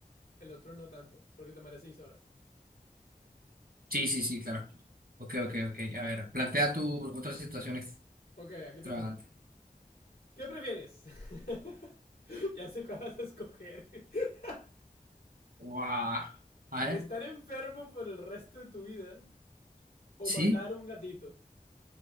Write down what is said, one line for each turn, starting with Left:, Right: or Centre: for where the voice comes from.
Left: El otro no tanto, porque te mareas seis horas.
Right: Sí, sí, sí, claro. Ok, ok, ok. A ver, plantea tu otra situación
Left: Ok, aquí
Right: extravagante.
Left: tengo una. ¿Qué prefieres? <laughs> ya sé cuál vas a escoger. <laughs>
Right: Guau. A ver,
Left: ¿Estar enfermo por el resto de tu vida o
Right: ¿sí?
Left: matar un gatito?